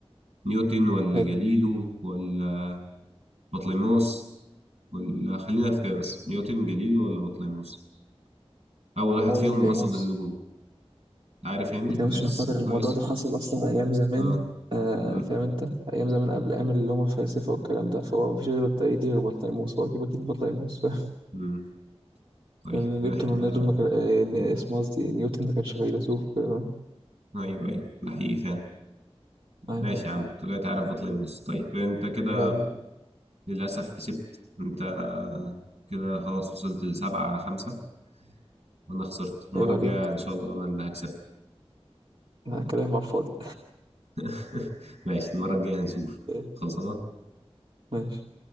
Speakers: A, on the right; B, on the right.
A: نيوتن ولا
B: حلو.
A: جاليلو ولا بطليموس ولا خلينا في كده بس نيوتن جاليلو ولا بطليموس أول واحد
B: هو
A: فيهم
B: بطليموس
A: رصد النجوم عارف يعني
B: بطليموس
A: دارس
B: عشان خاطر الموضوع
A: كويس
B: ده حصل أصلا أيام زمان
A: اه
B: آه
A: امم
B: فاهم أنت أيام زمان قبل أيام اللي هم الفلاسفة والكلام ده فهو مفيش غيره الطريق دي غير بطليموس هو أكيد أكيد بطليموس <laughs> فاهم
A: امم طيب
B: لأن نبتون
A: احنا
B: والناس دول ما كان آه، اسمه قصدي نيوتن ما كانش فيلسوف وكده فاهم؟
A: ايوه ايوه ده حقيقي فعلا
B: أيوة
A: ماشي يا عم طلعت عارف بطل يبص طيب انت كده
B: عيب عليك
A: للأسف كسبت انت كده خلاص وصلت لسبعة خمسة وأنا خسرت المرة
B: عيب عليك
A: الجاية إن شاء الله أنا اللي هكسب
B: لا، كلام على الفاضي
A: <laughs> ماشي المرة الجاية هنشوف
B: إيه،
A: خلصنا
B: ماشي